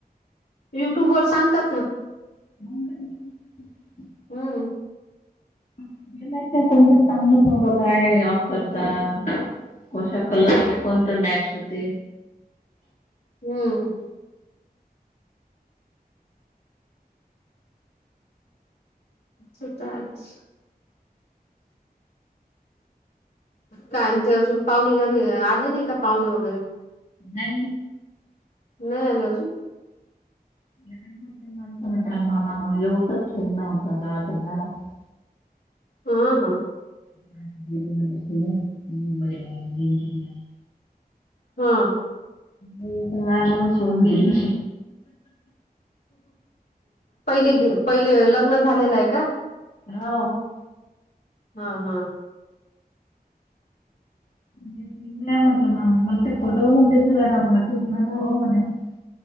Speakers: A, on the left; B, on the left.
A: युट्युब वर सांगतात ना.
B: <inaudible>
A: हम्म
B: <unintelligible> कशा कलरले कोणत मॅच होते.
A: हम्म ते तर आहेच. काय ते अजून पाहुणे घरी आले नाही का पाहुणे वगैरे.
B: नाही
A: नाही आले अजून.
B: <unintelligible>
A: हा हा
B: <unintelligible>
A: हा
B: मी इथे आहे म्हणून सोडून गेली.
A: पहिली गे पहिले लग्न झालेलं आहे का?
B: <unintelligible>
A: हा हा
B: <unintelligible>